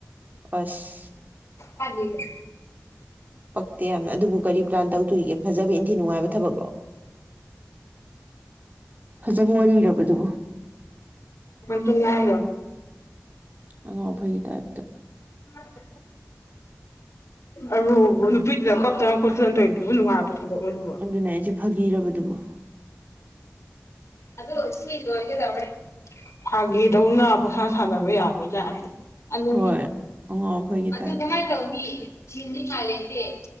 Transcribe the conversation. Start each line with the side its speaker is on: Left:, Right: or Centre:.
Right: ꯑꯁ꯫
Left: ꯍꯥꯏ <unintelligible>
Right: ꯄꯛꯇꯦ ꯌꯥꯝꯅ ꯑꯗꯨꯕꯨ ꯀꯔꯤ ꯄ꯭ꯂꯥꯟ ꯇꯧꯗꯣꯔꯤꯒꯦ ꯐꯖꯕ ꯏꯟꯊꯤ ꯅꯨꯡꯉꯥꯏꯕ ꯊꯕꯛꯂꯣ꯫ ꯐꯖꯕ ꯋꯥꯔꯤꯔꯕ ꯑꯗꯨꯕꯨ꯫
Left: ꯀꯅ ꯍꯥꯏꯒꯣ <unintelligible>
Right: ꯑꯉꯥꯎ ꯑꯐꯩꯒꯤ ꯇꯥꯏꯞꯇ꯫
Left: ꯑ꯫ ꯑꯗꯨ ꯅꯨꯄꯤꯗꯨꯅ ꯀꯞꯇꯅ ꯈꯣꯠꯠꯇꯅ ꯇꯧꯔꯤꯗꯨꯕꯨ ꯅꯨꯡꯉꯥꯏꯕ ꯊꯕꯛꯂꯣ ꯑꯗꯨꯕꯨ꯫
Right: ꯑꯗꯨꯅ ꯑꯩꯁꯦ ꯐꯥꯒꯤꯔꯕꯗꯨꯕꯨ꯫
Left: ꯑꯗꯨ ꯁꯤ ꯂꯣꯏꯒꯗꯧꯔꯦ꯫ ꯐꯥꯒꯤꯗꯧꯅ ꯄꯣꯁꯥ ꯁꯥꯟꯅꯕ ꯌꯥꯕ ꯇꯞꯥꯇ꯫ ꯑꯂꯨ
Right: ꯍꯣꯏ ꯑꯉꯥꯎ ꯑꯐꯩꯒꯤ
Left: ꯑꯗꯨ
Right: ꯇꯥꯏꯞꯇ
Left: ꯀꯃꯥꯏꯅ ꯇꯧꯅꯤ <unintelligible>